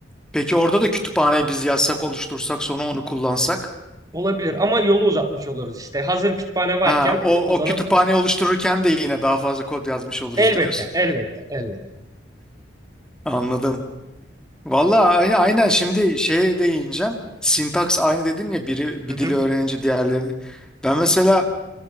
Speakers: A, in the centre; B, on the right.
A: Peki orada da kütüphaneyi biz yazsak, oluştursak sonra onu kullansak?
B: Olabilir ama yolu uzatmış oluruz işte. Hazır kütüphane varken
A: Ha, o,
B: onu kullanıp
A: o kütüphaneyi oluştururken de yine daha fazla kod yazmış oluruz
B: elbette,
A: diyorsun.
B: elbette, elbette.
A: Anladım. Valla
B: Evet.
A: aynen şimdi şeye değineceğim. Sintaks aynı dedin ya biri
B: Hı
A: bir
B: hı,
A: dili öğrenince diğerlerini. Ben mesela